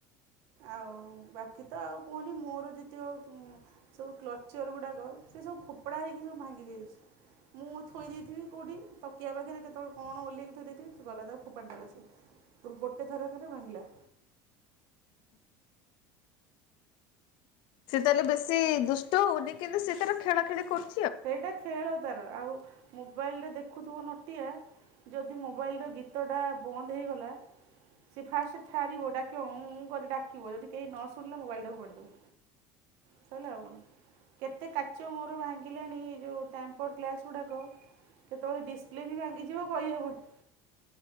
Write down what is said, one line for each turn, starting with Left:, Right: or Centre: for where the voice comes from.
Right: ଆଉ ବାକି ତ ଆଉ କୁହନି ମୋର ଯେତିକି ସବୁ କ୍ଲଚର ଗୁଡ଼ାକ ସେ ସବୁ ଫୋପଡ଼ା ହେଇକି ସବୁ ଭାଙ୍ଗି ଯାଇଛି। ମୁଁ ଥୋଇ ଦେଇଥିବି କେଉଁଠି ତକିିଆ ପାଖରେ କେତେବେଳେ କଣ ଓହ୍ଲେଇକି ଥୋଇ ଦେଇଥିବି ଗଲା ତାକୁ ଫୋପାଡ଼ି ଦେଲା ସିଏ। ଗୋ ଗୋଟେ ଥରକାରେ ଭାଙ୍ଗିଲା।
Left: ସେ ତାହେଲେ ବେଶୀ ଦୁଷ୍ଟ ହଉନି କିନ୍ତୁ ସେ ତାର ଖେଳ ଖେଳି କରୁ
Right: ସେଇଟା ଖେଳ ତାର ଆଉ ମୋବାଇଲରେ ଦେଖୁଥିବ ନଟିଆ ଯଦି ମୋବାଇଲର ଗୀତଟା ବନ୍ଦ ହେଇଗଲା ସିଏ ଫାଷ୍ଟ ଠାରିବ ଡାକିବ ଉଁଉଁ କରି ଡାକିବ ଯଦି କେହି ନ ଶୁଣିଲ ମୋବାଇଲ୍ ଟା ଫୋପାଡ଼ିଦବ। ସଇଲା ଆଉ କଣ କେତେ କାଚ ମୋର ଭାଙ୍ଗି ଙ୍ଗିଲାଣି ଏ ଯୋଉଁ ଟ୍ୟାମ୍ପର୍ ଗ୍ଲାସ୍ ଗୁଡ଼ାକ କେତେବେଳେ ଡିସପ୍ଲେ ବି ଭାଙ୍ଗିଯିବ କହିହେବନି।